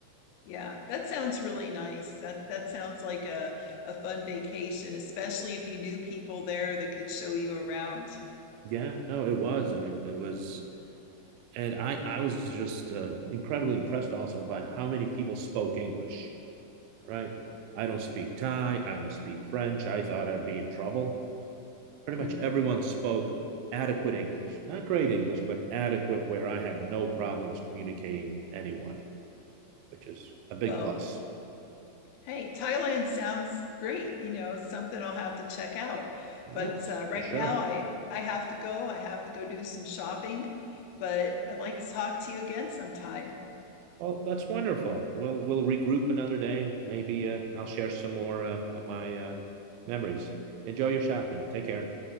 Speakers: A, on the left; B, on the right.
A: Yeah, that sounds really nice. That that sounds like a a fun vacation, especially if you knew people there that could show you around.
B: Yeah, no, it was. I mean, it was, and I I was just uh, incredibly impressed also by how many people spoke English. Right, I don't speak Thai. I don't speak French. I thought I'd be in trouble pretty
A: hmm
B: much everyone spoke adequate English, not great English, but adequate, where I had no problems communicating with anyone, which is a big
A: Well,
B: plus.
A: Hey, Thailand sounds great. You know, something I'll have to check out. But
B: Yeah,
A: uh, right
B: for sure.
A: now, I I have to go. I have to go do some shopping. But I'd like to talk to you again sometime.
B: Well, that's wonderful. We'll we'll regroup another day, and maybe uh, I'll share some more uh, of my uh, memories. Enjoy your shopping. Take care.